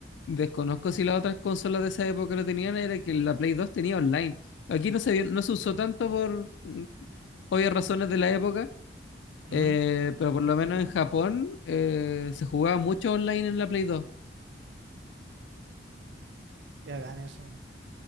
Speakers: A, on the left; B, on the right.
A: Desconozco si las otras consolas de esa época lo tenían, era que la Play 2 tenía online. Aquí no se, vio- no se usó tanto por mm, obvias razones de la época,
B: ujú,
A: eh, pero por lo menos en Japón eh, se jugaba mucho online en la Play 2.
B: y hagan eso,